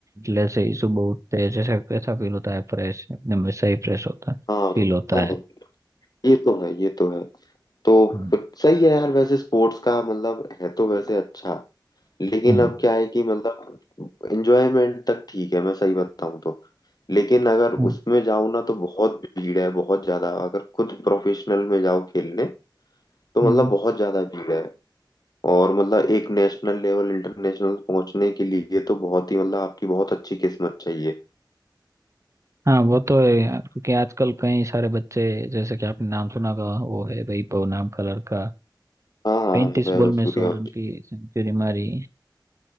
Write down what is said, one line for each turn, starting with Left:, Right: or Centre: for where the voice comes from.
Right: जैसे ही सुबह उठते हैं जैसे कैसा फील होता है फ्रेश एकदम वैसा ही फ्रेश होता है
Left: हाँ
Right: फील होता
Left: हाँ
Right: है
Left: ये तो है ये तो है तो
Right: हम्म
Left: फिर सही है यार वैसे स्पोर्ट्स का मतलब है तो वैसे अच्छा लेकिन
Right: हम्म
Left: अब क्या है कि मतलब एंजॉयमेंट तक ठीक है मैं सही बताऊं तो लेकिन अगर
Right: हम्म,
Left: उसमें जाऊं ना तो बहुत भीड़ है बहुत ज्यादा अगर खुद प्रोफेशनल में जाओ खेलने तो
Right: हम्म।
Left: मतलब बहुत ज्यादा भीड़ है और मतलब एक नेशनल लेवल इंटरनेशनल पहुंचने के लिए तो बहुत ही मतलब आपकी बहुत अच्छी किस्मत चाहिए
Right: हाँ वो तो है यार क्योंकि आजकल कई सारे बच्चे जैसे कि आपने नाम सुना होगा वो है वैभव नाम का लड़का
Left: हाँ हाँ
Right: पैंतीस
Left: हाँ वैभव
Right: बॉल
Left: सूर्यवंशी
Right: में सौ रन की सेंचुरी मारी